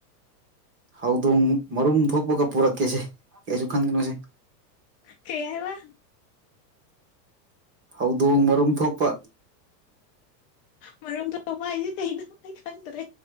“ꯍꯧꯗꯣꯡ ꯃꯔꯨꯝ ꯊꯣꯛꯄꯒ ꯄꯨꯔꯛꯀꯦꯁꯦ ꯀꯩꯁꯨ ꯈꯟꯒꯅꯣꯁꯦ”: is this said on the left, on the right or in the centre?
Right